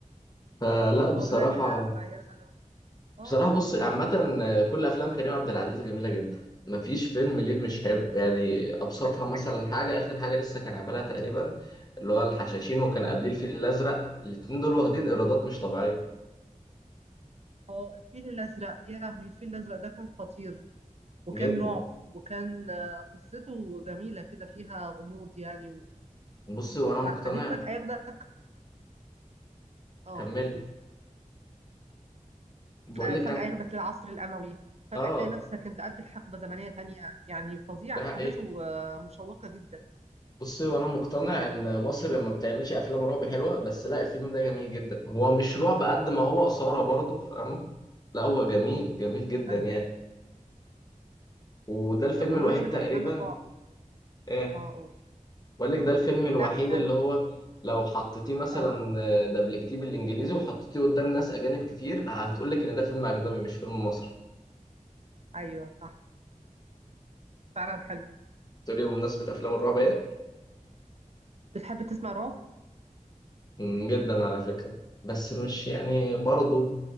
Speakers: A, on the left; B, on the right.
A: فلا
B: وأولادها
A: بصراحة
B: وعيالها اه آه،
A: بصراحة بص
B: فظيع
A: عامة كل أفلام كريم عبد العزيز جميلة جدا مفيش فيلم ليه مش حلو يعني أبسطها
B: ده
A: مثلا
B: حقيقة
A: حاجة آخر حاجة لسه كان عاملها تقريبا اللي هو الحشاشين
B: صح
A: وكان قبليه الفيل الأزرق الاتنين دول واخدين إيرادات مش طبيعية
B: اه الفيل الأزرق يا لهوي الفيل الأزرق ده كان خطير وكان
A: جدا
B: رعب وكان آه، قصته جميلة كده فيها غموض يعني
A: بص وأنا
B: وبعدين
A: مقتنع
B: فجأة ياخدك اه
A: كمل
B: قول
A: بقول
B: لا،
A: لك
B: فجأة
A: أنا
B: ياخدك للعصر الأموي فجأة
A: آه
B: تلاقي نفسك انتقلت لحقبة زمنية تانية يعني فظيع
A: ده حقيقة
B: أحداثه آه، مشوقة جدا
A: بصي وانا مقتنع ان مصر ما بتعملش افلام رعب حلوه بس لا الفيلم ده جميل جدا هو مش رعب قد ما هو اثاره برضه فاهمه لا هو جميل جميل جدا
B: أيوه
A: يعني وده الفيلم
B: طب بمناسبة
A: الوحيد تقريبا
B: أفلام الرعب
A: ايه
B: اه قول
A: بقول لك ده الفيلم الوحيد
B: لا كنت هت...
A: اللي هو لو حطيتيه مثلا
B: اه
A: آه، دبلجتيه بالانجليزي وحطيتيه قدام ناس اجانب كتير هتقول لك ان ده فيلم اجنبي مش فيلم مصري
B: أيوه صح فعلا حلو
A: تقولي بمناسبه افلام الرعب إيه؟
B: بتحب تسمع رعب؟
A: مم، جدا على فكرة بس مش يعني برضه